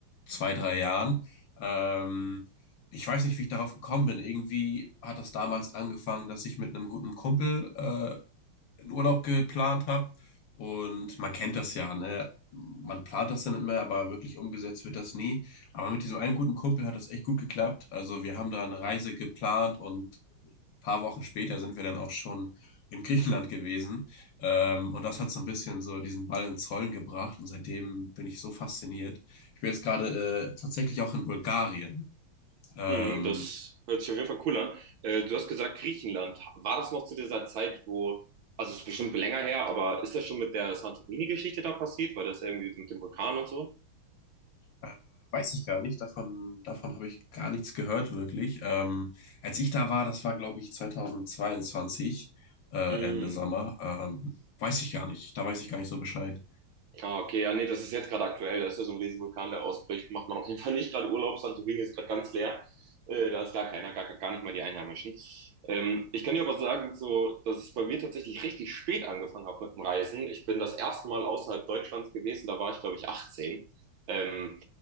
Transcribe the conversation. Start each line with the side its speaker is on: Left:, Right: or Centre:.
Left: zwei, drei Jahren. Ähm, ich weiß nicht, wie ich darauf gekommen bin. Irgendwie hat das damals angefangen, dass ich mit einem guten Kumpel äh, einen Urlaub geplant habe. Und man kennt das ja, ne? Man plant das dann immer, aber wirklich umgesetzt wird das nie. Aber mit diesem einen guten Kumpel hat das echt gut geklappt. Also wir haben da eine Reise geplant und paar Wochen später sind wir dann auch schon in Griechenland gewesen. Ähm, und das hat so ein bisschen so diesen Ball ins Rollen gebracht. Und seitdem bin ich so fasziniert. Ich bin jetzt gerade äh, tatsächlich auch in Bulgarien. Ähm,
Right: Mhm, das hört sich auf jeden Fall cool an. Äh, du hast gesagt, Griechenland. War das noch zu dieser Zeit, wo, also es ist bestimmt länger her, aber ist das schon mit der Santorini-Geschichte da passiert? War das irgendwie mit dem Vulkan und so?
Left: äh, weiß ich gar nicht. Davon, davon habe ich gar nichts gehört, wirklich. Ähm, als ich da war, das war, glaube ich, 2022, äh,
Right: Mhm.
Left: Ende Sommer. Ähm, weiß ich gar nicht. Da weiß ich gar nicht so Bescheid.
Right: Ah, okay. Ja, nee, das ist jetzt gerade aktuell. Da ist ja so ein riesiger Vulkan, der ausbricht. Macht man auf jeden Fall nicht gerade Urlaub. Santorini ist gerade ganz leer. Äh, da ist gar keiner, gar, gar nicht mal die Einheimischen. Ähm, ich kann dir aber sagen, so, dass ich bei mir tatsächlich richtig spät angefangen habe mit dem Reisen. Ich bin das erste Mal außerhalb Deutschlands gewesen. Da war ich, glaube ich, 18. Ähm,